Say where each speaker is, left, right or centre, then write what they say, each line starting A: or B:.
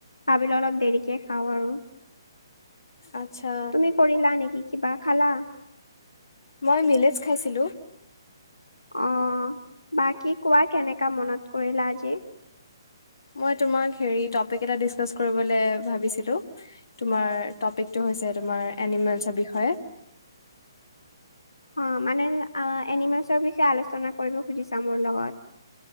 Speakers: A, on the left; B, on the left.
A: ভাবিলোঁ অলপ। দেৰিকে খাওঁ আৰু
B: আত্ছা।
A: তুমি কৰিলা নেকি? কিবা খালা?
B: মই মিলেজ খাইছিলোঁ।
A: অ' বাকী কোৱা কেনেকা মনত কৰিলা আজি।
B: মই তোমাক হেৰি টপিক এ ডিচকাচ কৰিবলে ভাবিছিলোঁ। তোমাৰ টপিকটো হৈছে তোমাৰ এনিমেলছৰ বিষয়ে।
A: অ' মানে এনিমেলছৰ বিষয়ে আলোচনা কৰিব খুজিছা মোৰ লগত।